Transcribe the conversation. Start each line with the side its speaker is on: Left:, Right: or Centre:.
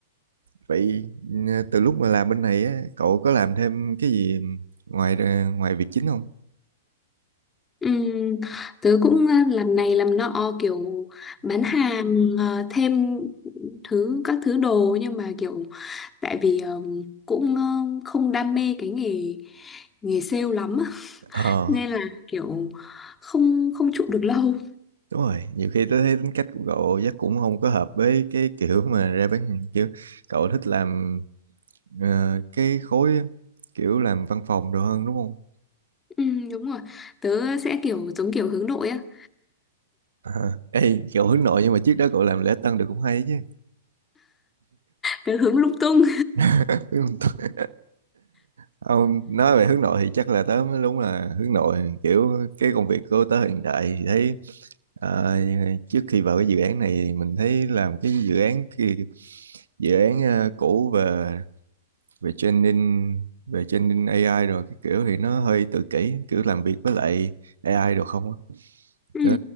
Right: vậy ừ, từ lúc mà làm bên này á, cậu có làm thêm cái gì ngoài ờ, ngoài việc chính không?
Left: Ừ. Tớ cũng ờ, làm này làm nọ kiểu bán hàng ờ, thêm thứ các thứ đồ nhưng mà kiểu tại vì ờ, cũng ờ, không đam mê cái nghề nghề sale lắm á.
Right: Ờ
Left: nên là kiểu không không trụ được lâu
Right: Đúng rồi, nhiều khi tôi thấy tính cách của cậu chắc cũng không có hợp với cái kiểu mà ra bán hàng chứ. Cậu thích làm ờ, cái khối kiểu làm văn phòng đồ hơn đúng không?
Left: ừ, đúng rồi tớ sẽ kiểu giống kiểu hướng nội á
Right: À, ê, cậu hướng nội nhưng mà trước đó cậu làm lễ tân được cũng hay chứ.
Left: tớ hướng lung tung
Right: <laughs> Ông nói về hướng nội thì chắc là tớ mới đúng là hướng nội kiểu cái công việc của tớ hiện tại thì thấy ờ, trước khi vào cái dự án này mình thấy làm cái dự án kia dự án ờ, cũ về về training về training AI rồi cái kiểu thì nó hơi tự kỷ kiểu làm việc với lại AI được không á
Left: ừ,
Right: đó